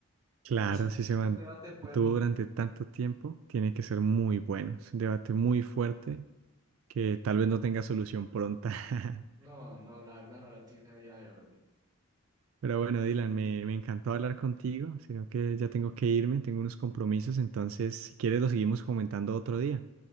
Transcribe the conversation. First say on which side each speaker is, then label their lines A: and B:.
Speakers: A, on the right (about 70°); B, on the right (about 20°).
A: Claro,
B: Entonces,
A: si se
B: es
A: mantuvo
B: un debate fuerte.
A: durante tanto tiempo, tiene que ser muy bueno. Es un debate muy fuerte que tal vez no tenga solución pronta. <laughs>
B: No, no, la verdad no la tiene a día de hoy.
A: Pero bueno, Dylan, me, me encantó hablar contigo, sino que ya tengo que irme, tengo unos compromisos, entonces si quieres lo seguimos comentando otro día.